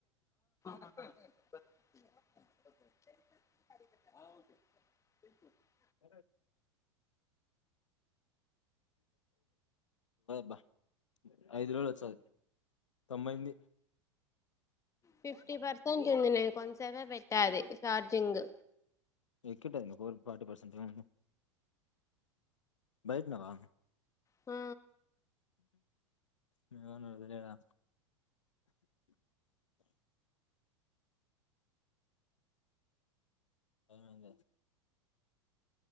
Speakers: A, on the left (about 20°); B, on the left (about 70°).
A: <unintelligible> <unintelligible>
B: <inaudible> బా ఐదు రోజులు వచ్చాయి తొంభైంది
A: ఫిఫ్టీ పర్సెంట్ ఉంది నేను కొంతసేపే పెట్టాది చార్జింగ్
B: ఎకట్టది ఫోర్ర్ ఫటీ పర్సెంట్ అయింది బైట్నవా
A: ఆ
B: నువ్ ఏమన్నవో తెలియదా అవునంగా